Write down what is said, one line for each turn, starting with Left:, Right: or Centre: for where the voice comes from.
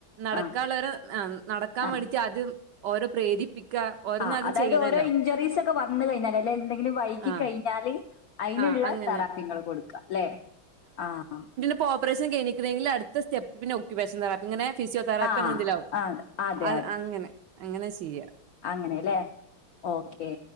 Right: നടക്കാനുള്ളരു
Left: ആ
Right: ആഹ് നടക്കാൻ
Left: ആ
Right: വേണ്ടിട്ട് ആദ്യം ഓരോ പ്രേരിപ്പിക്ക ഓരോന്നും
Left: ആഹ്
Right: ആദ്യം
Left: അതായത്
Right: ചെയ്യണല്ലോ
Left: ഓരോ ഇഞ്ചുറീസ് ഒക്കെ വന്ന കഴിഞ്ഞാല് അല്ലെ എന്തെങ്കിലും വൈകി
Right: ആഹ്
Left: കഴിഞ്ഞാല് അതിനുള്ള
Right: ആഹ് അങ്ങനെ
Left: തറാപ്പ്യ നിങ്ങൾ കൊടുക്ക ല്ലെ ആഹ്
Right: ഇപ്പ ഓപ്പറേഷൻ കഴിഞ്ഞെക്കുന്നെങ്കിൽ അടുത്ത സ്റ്റെപ്പനു ക്ക് വേഷണ് ഇങ്ങനെ ഫിസിയോ തെറാപ്പി
Left: ആ
Right: അങ്ങനെതിലാവും
Left: ആ അതെ
Right: അ അങ്ങനെ അങ്ങനെ ചെയ്യാം
Left: അങ്ങനെല്ലേ ഓക്കെ